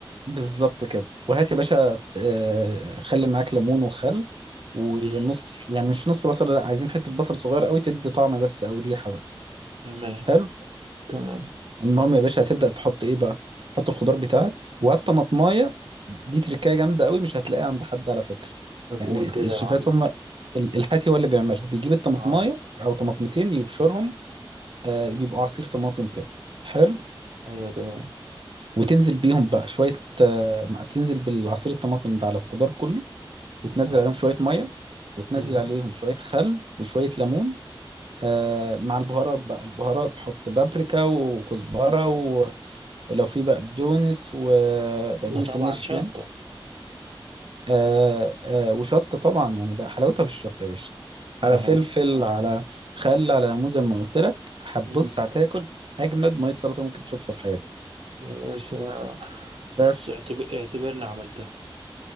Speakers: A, on the right; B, on the right.
A: بالظبط كده وهات يا باشا آه خلي معاك ليمون وخل ونص
B: مم.
A: يعني مش نص بصل لا عايزين حته بصل صغير قوي تدي طعم بس او ريحه بس
B: تمام
A: حلو
B: تمام
A: المهم يا باشا هتبدأ تحط ايه بقى تحط الخضار بتاعك وهات طماطمايه دي تركايه جامدة قوي مش هتلاقيها عند حد على فكرة
B: طب
A: يعني
B: قول كده
A: الشيفات
B: يا معلم
A: هم ال- الحاتي هو اللي بيعملها بيجيب الطماطمايه
B: اه
A: او طماطمتين
B: ايوه
A: يبشرهم آه بيبقوا عصير طماطم كده حلو
B: ايوه تمام
A: وتنزل بيهم بقى شوية آه مع- تنزل بالعصير الطماطم ده على الخضار كله وتنزل
B: اه
A: عليهم شوية مية وتنزل
B: ايوه
A: عليهم شوية خل وشوية ليمون آه مع البهارات بقى البهارات تحط بابريكا وكزبرة ولو في بقدونس وبقدونس
B: وطبعا
A: الناشف
B: شطه
A: يعني آه آه وشطة طبعا يعني ده حلاوتها في الشطة يا باشا على
B: اه
A: فلفل على خل على ليمون زي ما قلت لك هتبص
B: مم.
A: هتاكل أجمد مية سلطة ممكن تشوفها في حياتك
B: يا باشا بص
A: بس
B: اعتب... اعتبرنا عملتها